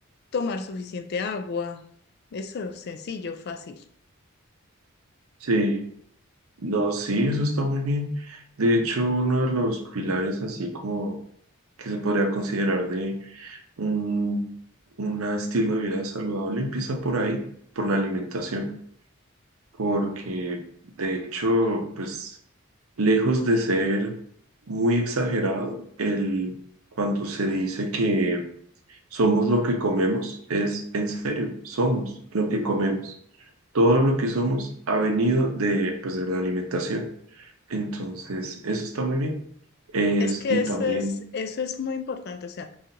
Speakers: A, on the left; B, on the right.
A: tomar suficiente agua. Eso es sencillo, fácil.
B: sí, no, sí, eso está muy bien. De hecho, uno de los pilares así como que se podría considerar de un, un estilo de vida saludable empieza por ahí, por la alimentación, porque de hecho, pues lejos de ser muy exagerado, el, cuando se dice que Somos lo que comemos, es en serio, somos lo que comemos. Todo lo que somos ha venido de, pues, de la alimentación. Entonces, eso está muy bien. Es,
A: Es que
B: y
A: eso
B: también
A: es, eso es muy importante. O sea,